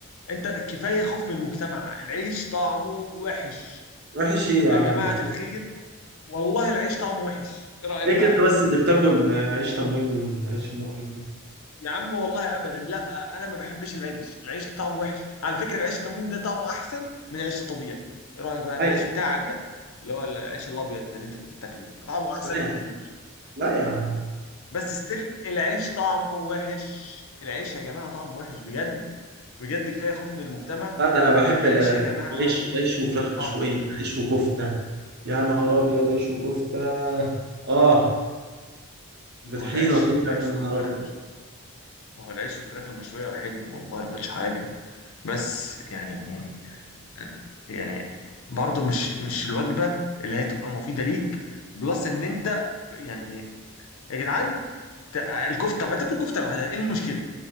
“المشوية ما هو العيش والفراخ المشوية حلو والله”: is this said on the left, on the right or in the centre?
Left